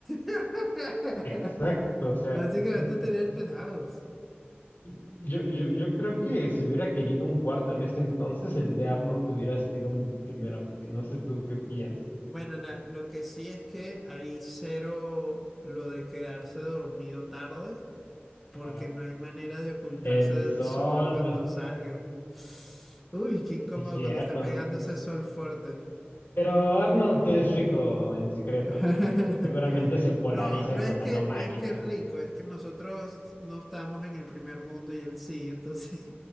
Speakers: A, in the centre; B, on the left (about 60°).
A: <laughs>
B: Exacto, o sea,
A: Básicamente
B: y-
A: tenía
B: y-
A: el penthouse.
B: yo, yo, yo creo que si hubiera querido un cuarto en ese entonces, el de Arnold hubiera sido mi primera opción. No sé tú qué piensas.
A: Bueno, la- lo que sí es que hay cero lo de quedarse dormido tarde. porque
B: Ajá.
A: no hay manera de ocultarse
B: El
A: del
B: sol,
A: sol cuando salga. Uy, qué incómodo
B: sí es cierto.
A: cuando esté pegando
B: n-
A: ese sol fuerte.
B: Pero Arnold es rico en secreto
A: <laughs>
B: y seguramente se polariza
A: No, no
B: con
A: es que,
B: nanomáquinas.
A: no es que es rico, es que nosotros no estamos en el primer mundo y él sí, entonces